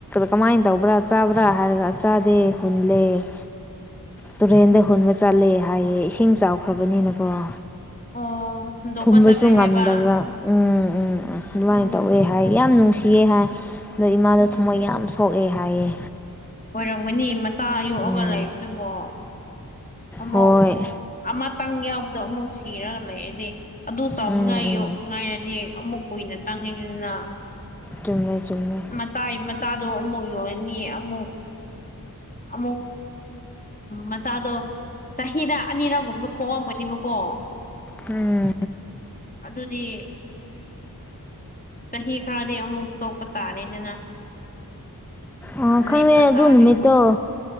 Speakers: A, in the centre; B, on the left (about 25°).
A: ꯀꯃꯥꯏꯅ ꯇꯧꯕ꯭ꯔ ꯆꯥꯕ꯭ꯔ ꯍꯥꯏꯔꯒ ꯆꯥꯗꯦ ꯍꯨꯜꯂꯦ ꯇꯨꯔꯦꯟꯗ ꯍꯨꯟꯕ ꯆꯠꯂꯦ ꯍꯥꯏꯌꯦ ꯏꯁꯤꯡ ꯆꯥꯎꯈ꯭ꯔꯕꯅꯤꯅꯀꫭ
B: ꯑꯣ ꯍꯨꯟꯗꯣꯛꯄ
A: ꯐꯨꯝꯕꯁꯨ
B: ꯆꯠꯈ꯭ꯔꯦ
A: ꯉꯝꯗꯕ꯭ꯔꯥ
B: ꯍꯥꯏꯕ
A: ꯎꯝ ꯑꯗꯨꯃꯥꯏꯅ
B: ꯎꯝ
A: ꯇꯧꯋꯦ ꯍꯥꯏ ꯌꯥꯝ ꯅꯨꯡꯁꯤꯌꯦ ꯍꯥꯏ ꯑꯗꯣ ꯏꯃꯥꯗ
B: ꯎꯝ
A: ꯊꯃꯣꯏ ꯌꯥꯝ ꯁꯣꯛꯑꯦ ꯍꯥꯏꯌꯦ
B: ꯑꯣꯏꯔꯝꯒꯅꯤ ꯃꯆꯥ ꯌꯣꯛꯑꯒ
A: ꯎꯝ
B: ꯂꯩꯕꯗꯨꯕꯣ ꯑꯃꯨꯛ
A: ꯍꯣꯏ
B: ꯑꯃꯇꯪ ꯌꯥꯎꯕꯗꯣ ꯑꯃꯨꯛ ꯁꯤꯔꯒ ꯂꯩꯔꯗꯤ ꯑꯗꯨ ꯆꯥꯎꯅꯤꯡꯉꯥꯏ
A: ꯎꯝ ꯎꯝ
B: ꯌꯣꯛꯅꯤꯡꯉꯥꯏꯔꯗꯤ ꯑꯃꯨꯛ ꯀꯨꯏꯅ ꯆꯪꯉꯤꯅꯤꯗꯅ
A: ꯆꯨꯝꯃꯦ ꯆꯨꯝꯃꯦ
B: ꯃꯆꯥ ꯃꯆꯥꯗꯣ ꯑꯃꯨꯛ ꯌꯧꯜꯔꯅꯤꯌꯦ ꯑꯃꯨꯛ ꯑꯃꯨꯛ ꯃꯆꯥꯗꯣ ꯆꯍꯤꯗ ꯑꯅꯤꯔꯒꯨꯝꯕ ꯄꯣꯛꯑꯝꯒꯅꯤꯕꯀꯣ
A: ꯎꯝ
B: ꯑꯗꯨꯗꯤ ꯆꯍꯤ ꯈꯔꯗꯤ ꯑꯃꯨꯛ ꯇꯣꯛꯄ ꯇꯥꯔꯦꯗꯅ
A: ꯑ ꯈꯪꯉꯦ
B: ꯂꯦꯞꯄ
A: ꯑꯗꯨ
B: ꯇꯥꯔꯦꯗꯅ
A: ꯅꯨꯃꯤꯠꯇꯣ